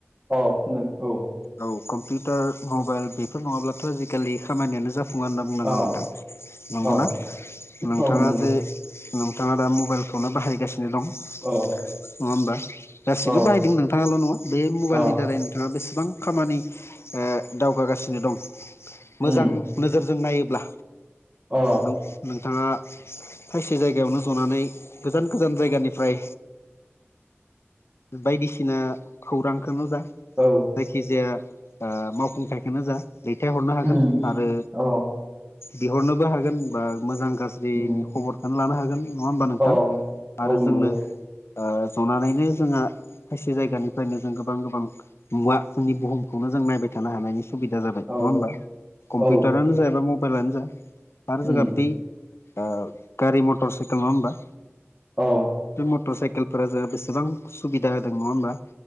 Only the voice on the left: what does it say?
औ कम्पिउटार मबाइल बेफोर नङाब्लाथ' आजिखालि खामानियानो जाफ फुङा होनना बुंनांगोन
नोंथां नंगौना
नोंथाङा
जे नोंथाङा दा मबाइलखौनो बाहायगासिनो दं नङा
होमबा गासिबो
बाहायदों नोंथाङाल' नङा बे मबाइलनि
दारै नोंथाङा बेसेबां खामानि ओ दावगागासिनो दं मोजां
नोजोरजों नायोब्ला
नों नोंथाङा खायसे जायगायावनो जनानै गोजान गोजान जायगानिफ्राय बायदिसिना खौरांखौनो जा
जायखि जाया ओ मावफुंथायखौनो जा दैथायहरनो हागोन
आरो
बिहरनोबो हागोन बा मोजां गाज्रिनि
खबरखौनो लानो हागोन नङा होमबा नोंथां
आरो
जोंनो
जनानैनो जोंहा खायसे जायगानिफ्रायनो जों गोबां गोबां मुवा जोंनि बुहुमखौनो जों नायबाय थानो हानायनि सुबिदा जाबाय नङा
होमबा कम्पिउटारानो
जा बा मबाइलानो जा आरो
जोंहा बै ओ गारि मथर साइकेल नङा होमबा
बे मटर साइकेलफोरा जोंहा बेसेबां सुबिदा होदों नङा होमबा